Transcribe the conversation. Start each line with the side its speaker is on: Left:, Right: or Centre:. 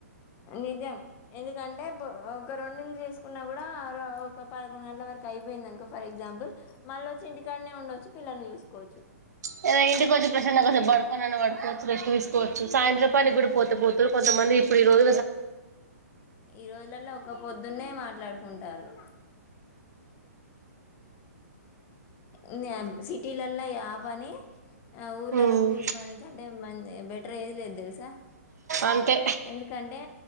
Left: నిజం ఎందుకంటే ఒక రెండు ఇల్లు చేసుకు న్నా కూడా ఒక పదకొండు గంటల వరకు అయిపోయింది అనుక ఫర్ ఎగ్జాంపుల్ మళ్ళ చింటికాడనే ఉండొచ్చు పిల్ల్ని చూసుకోవచ్చు
Right: ద ఇంటికి వచ్చి ప్రశ్ం పడుకోొన్న పడుకోవచ్చు కోవచ్చు సాయంత్రం పని కూడా పోతపోతతుారు కొంతమంది ఇ రోజ
Left: ఈ రోజులలో ఒక పొద్దున్నే మాట్లాడుకుంటారు ఉ సిటీలల్ల పని ఊరు
Right: ఉమ్
Left: లలా కూలి పనిక అంటే బెటర్ ఏది లేదు తెలుసా
Right: అంతే
Left: ఎందుకంటే